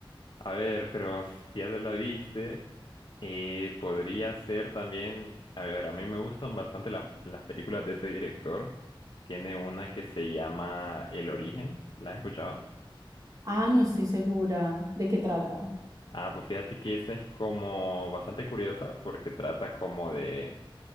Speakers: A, on the left (about 55°); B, on the right (about 40°).
A: A ver, pero si ya se la viste, eh, podría ser también, a ver, a mí me gustan bastante la- las películas de ese director. Tiene una que se llama El Origen, ¿la has escuchado?
B: Ah, no estoy segura de qué trata.
A: Ah, pues fíjate que esa es como bastante curiosa porque trata como de,